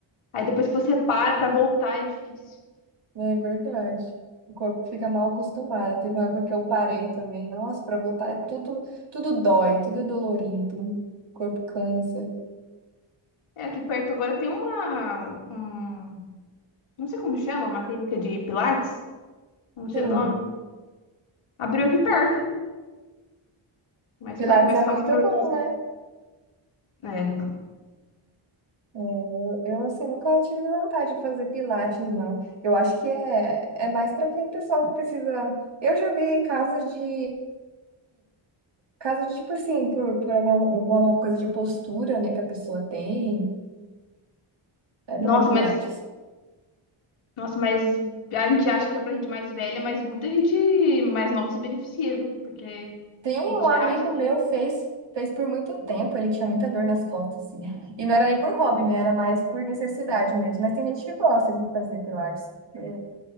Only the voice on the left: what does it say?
Aí depois que você para pra voltar é difícil.
É, aqui perto agora tem uma, um, não sei como chama, uma clínica de Pilates, não sei
o nome. Abriu aqui perto, mais
perto, mais
fácil
pra eu
fazer.
É.
Nossa,
mas, nossa, mas a gente acha que é pra gente mais velha, mas muita gente mais nova se beneficia, viu? Porque
a gente
acha que,